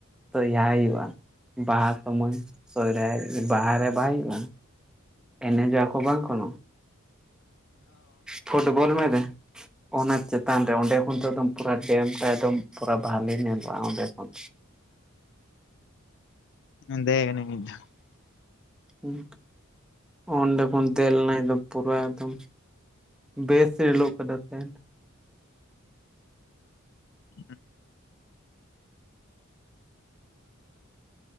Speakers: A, in the centre; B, on the left.
A: ᱥᱚᱨᱦᱟᱭ ᱦᱩᱭᱩᱜᱼᱟ ᱵᱟᱦᱟ ᱥᱚᱢᱚᱭ ᱥᱚᱨᱦᱟᱭ ᱵᱟᱦᱟᱨᱮ ᱵᱟᱭ ᱦᱩᱭᱩᱜᱼᱟ ᱮᱱᱮᱡᱚᱜᱼᱟ ᱠᱚ ᱵᱟᱝᱠᱷᱚᱱᱳ ᱯᱷᱩᱴᱵᱚᱞ ᱢᱮ ᱨᱮ ᱚᱱᱟ ᱪᱮᱛᱟᱱ ᱨᱮ ᱚᱸᱰᱮ ᱯᱚᱱᱛᱫᱚᱢ ᱯᱩᱨᱟᱹ ᱰᱮᱢ ᱨᱮᱫᱚᱢ ᱯᱩᱨᱟ ᱵᱷᱟᱞᱮ ᱧᱮᱞᱚᱜ ᱟ ᱚᱸᱵᱮ ᱠᱷᱚᱱ
B: ᱢᱮᱱᱫᱚᱜᱟ ᱱᱧᱤᱫ
A: ᱦᱮᱸ ᱚᱸᱰᱮ ᱠᱷᱚᱱ ᱫᱮᱡᱱᱟ ᱯᱩᱨᱟᱹ ᱮᱠᱫᱚᱢ ᱵᱮᱥ ᱧᱤᱞᱚᱜ ᱠᱟ ᱛᱮ
B: ᱦ